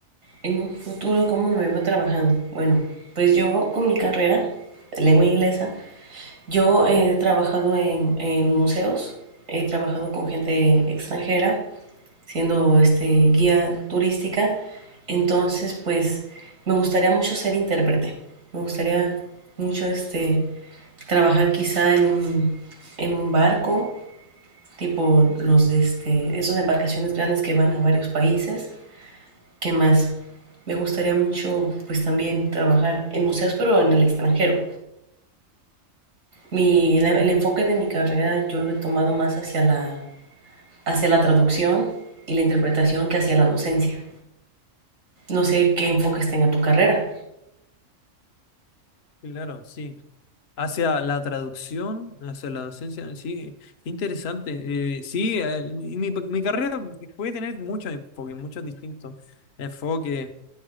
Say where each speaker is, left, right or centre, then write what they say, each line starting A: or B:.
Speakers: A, on the right; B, on the left.
A: en un futuro, ¿cómo me veo trabajando? Bueno, pues yo con mi carrera, lengua inglesa, yo he trabajado en, en museos, he trabajado con gente extranjera, siendo este, guía turística. Entonces, pues me gustaría mucho ser intérprete. Me gustaría mucho este, trabajar quizá en un, en un barco, tipo los de este, esas embarcaciones grandes que van a varios países. ¿Qué más? Me gustaría mucho pues también trabajar en museos, pero en el extranjero. Mi, el, el enfoque de mi carrera yo lo he tomado más hacia la, hacia la traducción y la interpretación que hacia la docencia. No sé qué enfoques tenga tu carrera.
B: Claro, sí. Hacia la traducción, hacia la docencia, sí, qué interesante. Eh, sí, eh, mi, mi mi carrera puede tener muchos enfoques, muchos distintos enfoques.